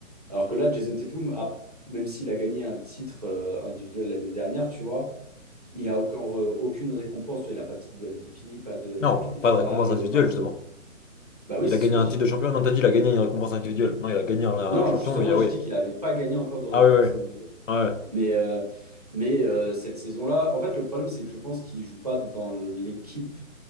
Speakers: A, on the right (about 30°); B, on the left (about 65°).
A: Alors que là, Jason Tatum a, même s'il a gagné un titre euh, individuel l'année dernière, tu vois, il a encore euh, aucune récompense. Tu vois, il n'a pas de titre de MVP, pas de MVP
B: Non,
A: des finales,
B: pas de récompense
A: euh,
B: individuelle,
A: pas de.
B: justement.
A: Bah oui,
B: Il
A: c'est
B: a gagné
A: ce que
B: un
A: je dis.
B: titre de champion. Non, t'as dit, il a gagné une récompense individuelle. Non, il a gagné un, un
A: Non,
B: champion,
A: justement,
B: mais ouais.
A: j'ai dit qu'il n'avait pas gagné encore de récompense
B: Ah, ouais, ouais.
A: individuelle.
B: Ouais.
A: Mais, euh, mais euh, cette saison-là, en fait, le problème, c'est que je pense qu'il ne joue pas dans l'équipe.